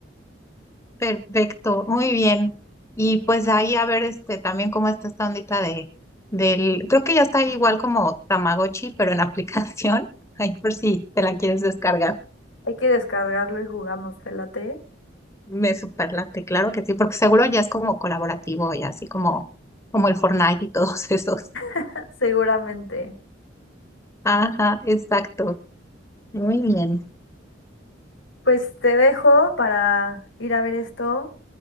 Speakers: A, on the left; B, on the left.
A: Perfecto, muy bien. Y pues ahí a ver este también cómo está esta ondita de del, creo que ya está igual como Tamagotchi, pero en aplicación. <laughs> Ahí por si te la quieres descargar.
B: Hay que descargarlo y jugamos, ¿te late?
A: Me superlate, claro que sí, porque seguro ya es como colaborativo y así como, como el Fortnite y todos <laughs> esos.
B: <laughs> Seguramente.
A: Ajá, exacto. Muy bien.
B: Pues te dejo para ir a ver esto,